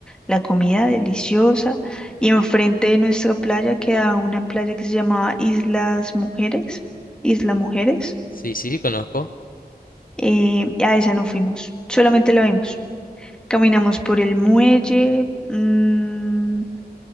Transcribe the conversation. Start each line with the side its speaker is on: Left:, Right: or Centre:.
Centre: La comida deliciosa. Y enfrente de nuestra playa queda una playa que se llamaba Islas Mujeres, Isla Mujeres.
Left: Sí, sí, sí, conozco.
Centre: Eh, a esa no fuimos, solamente la vimos. Caminamos por el muelle. mm,